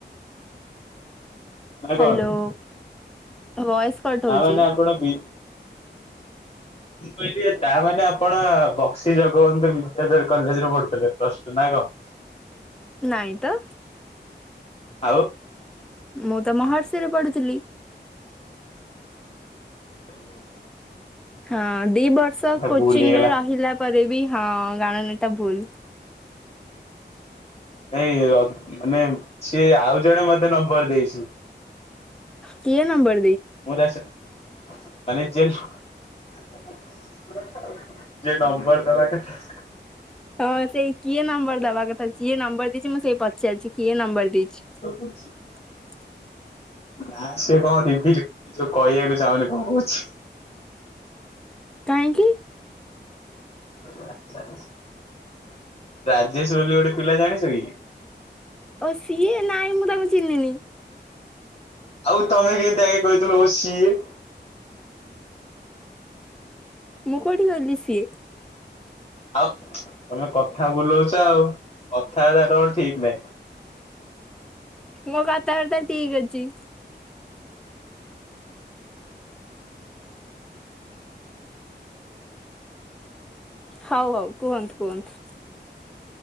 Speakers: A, on the left; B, in the centre.
A: ନା
B: ହ୍ୟାଲୋ
A: କଣ ତାମାନେ
B: ଭଏସ କଟ ହଉଛି
A: ଆପଣ ବିଜେ ମୁଁ କହିଲି ତା ମାନେ ଆପଣ ବକ୍ସି ଜଗବନ୍ଧୁ ବିଦ୍ୟାଧର କଲେଜରେ ପଢୁଥିଲେ ପ୍ଲସ ଟୁ ନା କଣ?
B: ନାଇଁ ତ।
A: ଆଉ।
B: ମୁଁ ତ ମହର୍ଷି ରେ ପଢୁଥିଲି।
A: ଚାଲି।
B: ହଁ ଦି ବର୍ଷ କୋଚିଂ
A: ଭୁଲ ହେଇଗଲା।
B: ରେ ରହିଲା ପରେ ବି। ହଁ ଗଣ ନତା ଭୁଲ।
A: ନାଇ ମାନେ ସିଏ ଆଉ ଜଣେ ମତେ ନମ୍ବର ଦେଇଛି।
B: କିଏ ନମ୍ବ
A: ମୁଁ ଦାସ ମାନେ ଯେ ଯେଏ ନମ୍ବର ଦବା କଥା
B: ହଁ ସେଇ କିଏ ନମ୍ବର ଦବା କଥା କିିଏ ଯିଏ ନମ୍ବର ଦେଇଛି ମୁଁ ସେଇ ପଚାରିଛି କିଏ ନମ୍ବର ଦେଇଛି।
A: ସୁବୁ
B: <inaudible>
A: ନା ସେ କଣ ଟିମ୍ ଟିଲି କହିବାକୁ ଚାହୁଁନି କଣ କହୁଚି
B: କାହିଁକି
A: ଆଛା ରାରାଜେଶ ବୋଲି ଗୋଟେ ପିଲା ଜାଣିଛ କି?
B: ଓ ସିଏ ନାହିଁ ମୁଁ ତାଙ୍କୁ ଚିହ୍ନିନି
A: ଆଉ ତମେ କେମତିଗ କହିଥିଵ ସିଏ
B: ମୁଁ କଉଠି କହିଲି ସିଏ
A: ଆଉ ତମେ କଥା ବୁଲଉଛ ଆଉ କଥା ଅରା ତମର ଠିକ ନାହିଁ
B: ମୋ କଥାବାର୍ତ୍ତା ଠିକ ଅଛି ହଉ ହଉ କୁହନ୍ତୁ କୁହନ୍ତୁ